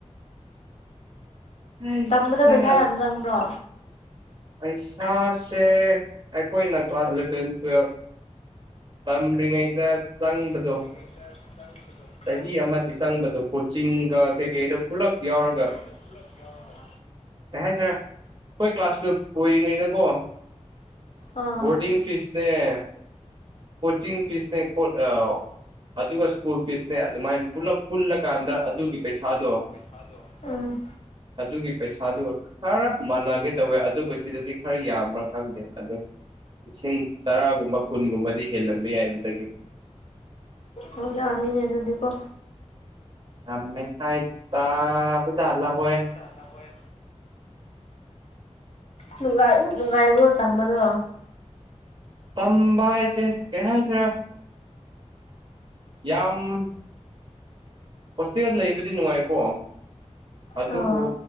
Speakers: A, on the right; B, on the left.
A: ꯍꯩꯁꯥ
B: ꯇꯝꯕꯗ ꯄꯩꯁꯥ ꯌꯥꯝ ꯆꯪꯕ꯭ꯔꯣ
A: ꯄꯩꯥꯁꯦ ꯑꯩꯈꯣꯏꯅ ꯑꯦꯂꯚꯦꯟ ꯇꯨꯌꯦꯦꯜꯞ ꯇꯝ꯭ꯔꯤꯉꯩꯗ ꯆꯪꯕꯗꯣ
B: ꯃ ꯆꯥꯡꯦ
A: ꯆꯍꯤ ꯑꯃꯗ ꯆꯪꯕꯗꯣ ꯀꯣꯆꯤꯡꯒ ꯀꯩꯀꯩꯗꯣ ꯄꯨꯜꯂꯞ ꯌꯥꯎꯔꯒ
B: ꯂꯥ ꯀꯌꯥ
A: ꯀꯩ ꯍꯥꯏ ꯁꯥꯔꯦ ꯑꯩꯈꯣꯏ ꯀ꯭ꯂꯥꯁ ꯇꯨꯌꯦꯞ ꯑꯣꯏꯔꯤꯉꯩꯗꯀꯣ
B: ꯑꯥ
A: ꯕꯣꯇꯤꯡ ꯐꯤꯁꯅꯦ ꯀꯣꯆꯤꯡ ꯐꯤꯤꯁꯅꯦꯣ ꯑꯇꯕꯁ ꯁ꯭ꯀꯨꯜ ꯐꯤꯁꯅꯦ ꯑꯗꯨꯃꯥꯏꯅ ꯄꯨꯂꯞ ꯄꯨꯜꯂꯀꯥꯟꯗ ꯑꯗꯨꯒꯤ ꯄꯩꯁꯥꯗꯣ
B: ꯍꯗꯣ ꯎꯝ
A: ꯑꯗꯨꯒꯤ ꯄꯩꯁꯥꯗꯨ ꯈꯔ ꯃꯥꯟꯅꯒꯦ ꯇꯧꯋꯦ ꯑꯗꯨꯕꯨ ꯁꯤꯗꯗꯤ ꯈꯔ ꯌꯥꯝꯕ꯭ꯔꯥ ꯈꯪꯗꯦ ꯑꯗꯨ ꯂꯤꯁꯤꯡ ꯇꯔꯥꯒꯨꯝꯕ ꯀꯨꯟꯒꯨꯝꯕꯗꯤ ꯍꯦꯜꯂꯝꯕ ꯌꯥꯏ ꯑꯗꯨꯗꯒꯤ
B: ꯑꯣ ꯌꯥꯝꯃꯤꯅꯦ ꯑꯗꯨꯗꯤꯀꯣ
A: ꯑꯃꯦ ꯍꯥꯏꯥꯏ ꯇ ꯆꯂ ꯍꯣꯏ
B: ꯆꯂ ꯍꯣꯏ ꯅꯨꯡꯉꯥꯏ
A: ꯑꯁ
B: ꯅꯨꯡꯉꯥꯏꯕꯣ ꯇꯝꯕꯗꯣ
A: ꯇꯝꯕ ꯍꯥꯏꯁꯦ ꯀꯩꯍꯟꯁꯤꯔ ꯌꯥꯝ ꯍꯣꯁꯇꯦꯜ ꯂꯩꯕꯗꯤ ꯅꯨꯡꯉꯥꯏꯀꯣ ꯑꯗꯨꯕꯨ
B: ꯑꯥ